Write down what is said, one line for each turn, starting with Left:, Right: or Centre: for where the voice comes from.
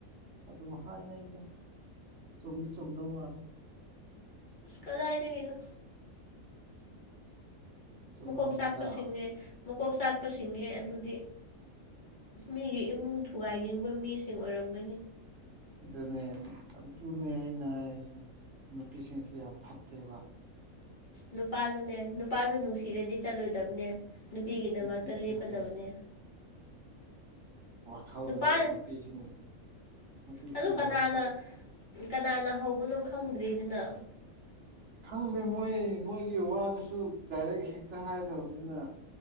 Right: ꯑꯗꯨꯝ ꯍꯥꯏꯅꯩꯗ ꯆꯨꯝꯗꯤ ꯆꯨꯝꯗꯧ ꯃꯥꯜꯂꯦ꯫
Left: ꯑꯁ ꯀꯗꯥꯏꯗꯒꯤꯅꯣ
Right: ꯆꯨꯝꯂꯝꯅꯤꯗ
Left: ꯃꯀꯣꯛ ꯆꯥꯛꯄ ꯁꯤꯡꯅꯦ ꯃꯀꯣꯛ ꯆꯥꯛꯄ ꯁꯤꯡꯉꯦ ꯑꯗꯨꯗꯤ꯫ ꯃꯤꯒꯤ ꯏꯃꯨꯡ ꯊꯨꯒꯥꯏꯅꯤꯡꯕ ꯃꯤꯁꯤꯡ ꯑꯣꯏꯔꯝꯒꯅꯤ꯫
Right: ꯑꯗꯨꯅꯦ ꯑꯗꯨꯅꯦ ꯑꯩꯅ ꯍꯥꯏꯔꯤꯁꯦ ꯅꯨꯄꯤꯁꯤꯡꯁꯦ ꯌꯥꯝ ꯐꯠꯇꯦꯕ꯫
Left: ꯅꯨꯄꯥꯁꯨꯅꯦ ꯅꯨꯄꯥꯁꯨ ꯅꯨꯡꯁꯤꯔꯗꯤ ꯆꯠꯂꯣꯏꯗꯕꯅꯦ꯫ ꯅꯨꯄꯤꯒꯤꯗꯃꯛꯇ
Right: ꯅꯨꯄꯤꯁꯤꯡꯁꯦ
Left: ꯂꯦꯞꯀꯗꯕꯅꯦ꯫
Right: ꯋꯥꯈꯜꯖꯦ
Left: ꯅꯨꯄꯥ
Right: ꯅꯨꯄꯤꯁꯤꯡ ꯅꯨꯄꯤꯁꯤꯡꯒꯤ
Left: ꯑꯗꯨ ꯀꯅꯥꯅ
Right: ꯋꯥꯈꯜ
Left: ꯀꯅꯥꯅ ꯍꯧꯕꯅꯣ ꯈꯪꯗ꯭ꯔꯤꯗꯅ꯫
Right: ꯈꯪꯗꯦ ꯃꯣꯏ ꯃꯣꯏꯒꯤ ꯋꯥꯗꯨꯁꯨ ꯗꯥꯏꯔꯦꯛ ꯍꯦꯛꯇ ꯍꯥꯏꯗꯕꯅꯤꯅ